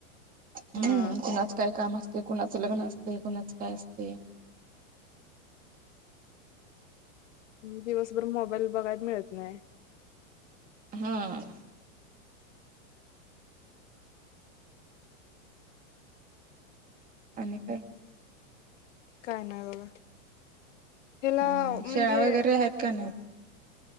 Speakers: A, on the right; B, on the left.
A: हम्म
B: हा.
A: कुणाचं काय काम असत ते, कुणाचं लग्न असते, कुणाच काय असते.
B: दिवसभर मोबाईल बघायला मिळत नाही.
A: हम्म. आणि काय?
B: काय नाही बघा, हीला
A: हम्म
B: म्हणजे
A: शेळा वगैरे आहेत का नाही?